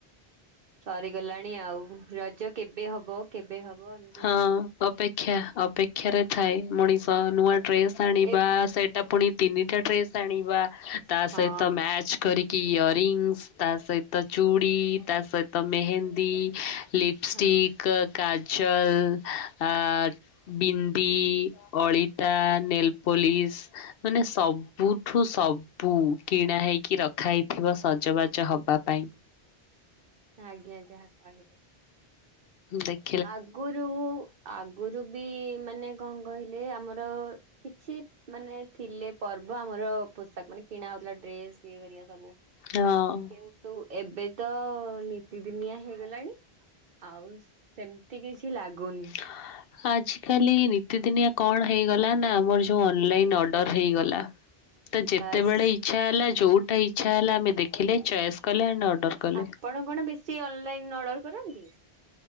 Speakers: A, on the right; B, on the left.
A: ସରିଗଲାଣି ଆଉ ରଜ କେବେ ହବ? କେବେ ହବ ନ୍।
B: ହଁ ଅପେକ୍ଷା ଅପେକ୍ଷାରେ ଥାଏ ମଣିଷ ନୂଆ ଡ୍ରେସ୍ ଆଣିବା
A: ଏ
B: ସେଇଟା ପୁଣି ତିନିଟା ଡ୍ରେସ୍ ଆଣିବା ତା
A: ହଁ
B: ସହିତ ମ୍ୟାଚ କରି କି ଇୟ ରଙ୍ଗସ୍ ତା ସହିତ ଚୁଡ଼ି ତା ସହିତ ମେହେନ୍ଦୀ ଲିପ ଷ୍ଟିକ୍
A: ହଁ
B: କାଜଲ ଆ ବିନ୍ଦି ଅଳିତା ନେଲପୋଲିସ। ମାନେ ସବୁଠୁ ସବୁ କିଣା ହେଇକି ରଖା ହେଇଥିବ ସଜବାଜ ହବା ପାଇଁ।
A: ଆଜ୍ଞା ଯାହା କହିଲେ।
B: ଦେଖ
A: ଆଗରୁ ଆଗରୁ ବି ମାନେ କଣ କହିଲେ ଆମର କିଛି ମାନେ ଥିଲେ ପର୍ବ ଆମର ପୋଷାକ ମାନେ କିଣା ହଉଥିଲା ଡ୍ରେସ ଇଏ ହରିକ ସବୁ।
B: ହଁ
A: କିନ୍ତୁ ଏବେ ତ ନିତିଦିନିଆ ହେଇଗଲାଣି ଆଉ ସେମିତି କିଛି ଲାଗୁନି।
B: ହଁଲୋ। ଆଜିକାଲି ନିତିଦିନିଆ କଣ ହେଇଗଲା ନା ଆମର ଯୋଉ ଅନଲାଇନ୍ ଅର୍ଡ଼ର ହେଇଗଲା। ତ ଯେତେବେଳେ
A: ବାସ୍
B: ଇଚ୍ଛା ହେଲା ଯୋଉଟା ଇଚଛା ହେଲା ଆମେ ଦେଖିଲେ ଚଏସ୍ କଲେ ଆଣ୍ଡ ଅର୍ଡର କଲେ।
A: ଆପଣ କଣ ବେଶୀ ଅନଲାଇନ୍ ଅର୍ଡ଼ର କରନ୍ତି?